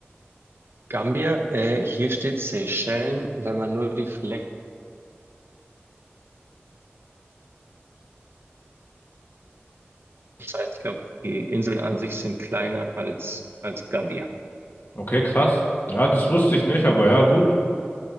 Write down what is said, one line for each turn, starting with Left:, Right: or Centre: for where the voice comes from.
Right: Gambia, äh, hier steht Seychellen, wenn man nur die Fläche, das heißt, ich glaube, die Inseln an sich sind kleiner als, als Gambia.
Left: Okay, krass. Ja, das wusste ich nicht, aber ja, gut.